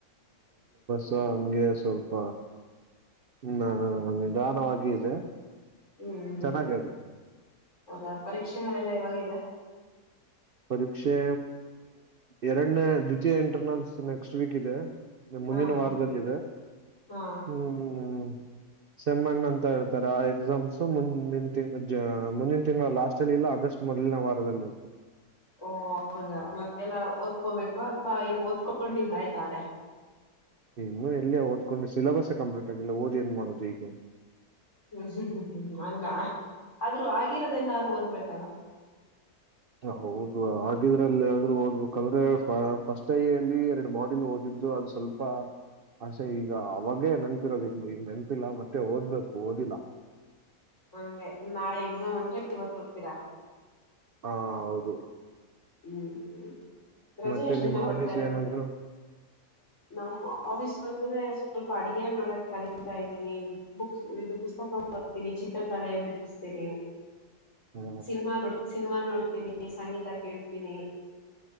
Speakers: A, on the right; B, on the left.
A: ಸ ಹಂಗೆ ಸ್ವಲ್ಪ ನಾ ನಿಧಾನವಾಗಿ ಇದೆ
B: ಹ್ಮ್ ಹ್ಮ್
A: ಚೆನ್ನಾಗೆ ಇದೆ
B: ಹೌದಾ ಪರೀಕ್ಷೆಗಳೆಲ್ಲ ಯಾವಾಗಿದೆ
A: ಪರೀಕ್ಷೆ ಎರಡನೇ ದ್ವಿತೀಯ ಇಂಟರ್ನಲ್ಸ್ ನೆಕ್ಸ್ಟ್ ವೀಕ್ ಇದೆ ಮುಂದಿನ
B: ಹಾ ಹಾ
A: ವಾರದಲ್ಲಿದೆ
B: ಹಾ
A: ಹ್ಮ್ ಹ್ಮ್ ಹ್ಮ್ ಸೆಮ್ ಒನ್ ಅಂತ ಹೇಳ್ತಾರೆ ಆ ಎಕ್ಸಾಮ್ಸು ಮುಂದಿನ ಮುಂದಿನ ತಿಂಗಳ ಲಾಸ್ಟಲ್ಲಿ ಇಲ್ಲ ಆಗಸ್ಟ್ ಮೊದಲನೇ ವಾರದಲ್ಲಿ ಇರ್ತದೆ
B: ಓ ಹೌದಾ ಮತ್ತೆ ಎಲ್ಲ ಓದ್ಕೋಬೇಕಾ ಅಥವಾ ಇಲ್ಲ ಓದ್ಕೊಂಡಿದ್ದಾಯ್ತ ಆಗ್ಲೇ
A: ಇನ್ನು ಎಲ್ಲಿ ಓದ್ಕೊಂಡ್ ಸಿಲೆಬಸೇ ಕಂಪ್ಲೀಟ್ ಆಗಿಲ್ಲ ಓದ್ ಏನ್ ಮಾಡೋದು ಈಗ
B: ಹ್ಮ್ ಹ್ಮ್ ಹ್ಮ್ ಹ್ಮ್ ಹಂಗ ಆದ್ರೂ ಆಗಿರೋದೆಲ್ಲ ಆದ್ರೂ ಓದ್ಬೇಕಲ್ಲ
A: ಹಾ ಹೌದು ಆಗಿದ್ರಲ್ಲಿ ಆದ್ರು ಓದ್ಬೇಕಂದ್ರೆ ಫಸ್ಟ್ ಟೈ ಅಲ್ಲಿ ಎರಡು ಮಾಡಿಲ್ ಓದಿದ್ದು ಅದು ಸ್ವಲ್ಪ ಆಸೆ ಈಗ ಅವಾಗೆ ನೆನ್ಪಿರೋದು ಈಗ ನೆನಪಿಲ್ಲ ಮತ್ತೆ ಓದ್ಬೇಕು ಓದಿಲ್ಲ
B: ಹಂಗೆ ನಾಳೆ ಎಕ್ಸಾಮ್ ಅಂದ್ರೆ ಇವತ್ತು ಓದ್ತೀರಾ
A: ಹಾ ಹೌದು
B: ಹ್ಮ್ ಹ್ಮ್ ರಜೆ
A: ಮತ್ತೆ
B: ಎಷ್ಟು
A: ನಿಮ್
B: ದಿನ
A: ಹಾಬೀಸ್
B: ಕೊಡ್ತಾರೆ
A: ಏನಾದ್ರು
B: ನಮ್ ಆಫೀಸ್ ಅಂದ್ರೆ ಸ್ವಲ್ಪ ಅಡಿಗೆ ಮಾಡಕ್ ಕಲಿತಾ ಇದ್ದೀನಿ ಬುಕ್ ಇದು ಪುಸ್ತಕ ಓದ್ತೀನಿ ಚಿತ್ರಕಲೆ ಬಿಡಿಸ್ತೀನಿ
A: ಹಾ
B: ಸಿನಿಮಾ ನೋಡ್ ಸಿನಿಮಾ ನೋಡ್ ತೀನಿ ಸಂಗೀತ ಕೇಳ್ತೀನಿ